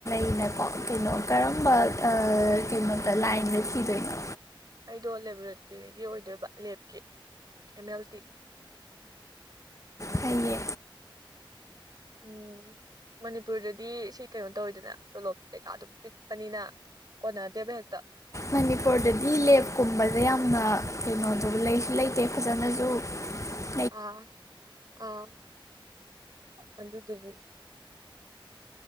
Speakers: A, on the left; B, on the right.
A: <unintelligible> ꯀꯩꯅꯣ ꯀꯔꯝꯕ ꯑꯥ ꯀꯩꯅꯣꯗ ꯂꯥꯏꯟꯗ ꯊꯤꯗꯣꯏꯅꯣ
B: ꯑꯩꯗꯣ ꯂꯦꯕꯣꯔꯦꯇ꯭ꯔꯤꯒꯤ ꯑꯣꯏꯗꯣꯏꯕ ꯂꯦꯞꯀꯤ ꯑꯦꯝ ꯑꯦꯜ ꯇꯤ
A: ꯐꯩꯌꯦ
B: ꯎꯝ ꯃꯅꯤꯄꯨꯔꯗꯗꯤ ꯁꯤ ꯀꯩꯅꯣ ꯇꯧꯋꯤꯗꯅ ꯇꯣꯂꯣꯞ ꯀꯩꯀꯥꯗꯨ ꯄꯤꯛꯄꯅꯤꯅ ꯀꯣꯅꯗꯦꯕ ꯍꯦꯛꯇ
A: ꯃꯅꯤꯄꯨꯔꯗꯗꯤ ꯂꯦꯞꯀꯨꯝꯕꯖꯦ ꯌꯥꯝꯅ ꯀꯩꯅꯣꯗꯣ ꯂꯩꯁꯨ ꯂꯩꯇꯦ ꯐꯖꯅꯖꯨ <inaudible>
B: ꯑꯥ ꯑꯥ ꯑꯗꯨꯗꯨꯒꯤ